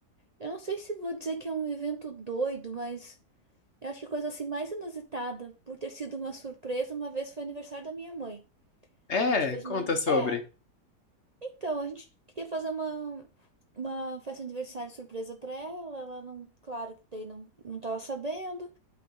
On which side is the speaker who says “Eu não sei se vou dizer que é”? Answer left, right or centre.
Right